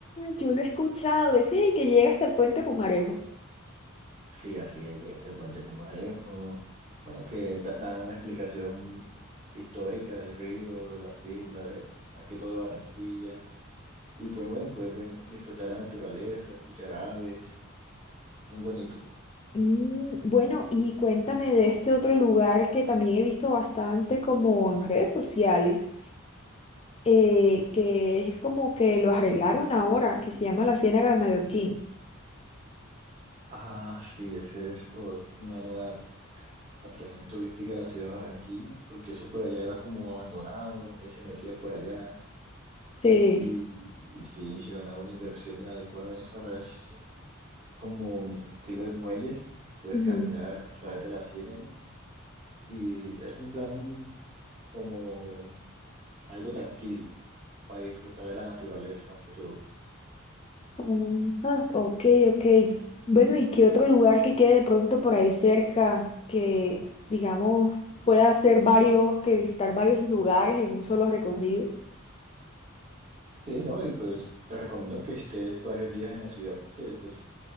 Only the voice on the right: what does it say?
Sí, así es, llegaste al puente Pumarejo. Bueno, que da- dan una explicación histórica del río, de las islas, de- más que todo de Barranquilla. Y pues bueno, puedes ven- disfrutar la naturaleza, escuchar aves, muy bonito.
Ah, sí, esa es ot- una nueva atracción turística de la ciudad de Barranquilla, porque eso por allá era como abandonado, nadie se metía por allá.
Y, y sí, hicieron una buena inversión y adecuaron eso. Ahora es como estilo de muelles, puedes
caminar a través de la ciénaga. Y es un plan como algo tranquilo, para disfrutar de la naturaleza más que todo.
Sí, ¿no? Y pues te recomiendo que estés varios días en la ciudad porque pues